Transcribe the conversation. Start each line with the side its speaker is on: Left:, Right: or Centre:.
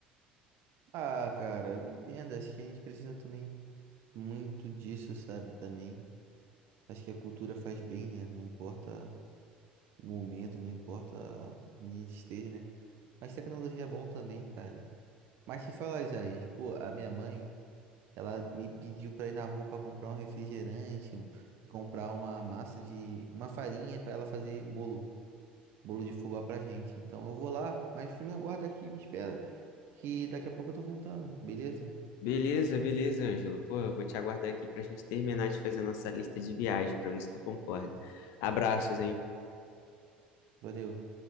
Right: Ah, cara, eu entendo, acho que a gente precisa também muito disso, sabe, também. Acho que a cultura faz bem, né? Não importa o momento, não importa onde a gente esteja, né? Mas tecnologia é bom também, cara. Mas te falar, Isaías, pô, a minha mãe. Ela me pediu para ir na rua para comprar um refrigerante, um, e comprar uma massa de, uma farinha para ela fazer bolo, bolo de fubá pra gente. Então eu vou lá, mas tu me aguarda aqui, me espera, que daqui a pouco eu tô voltando, beleza?
Left: Beleza, beleza, Ângelo. Pô, eu vou te aguardar aqui pra gente terminar de fazer nossa lista de viagens, pra ver se tu concorda. Abraços, hein?
Right: Valeu.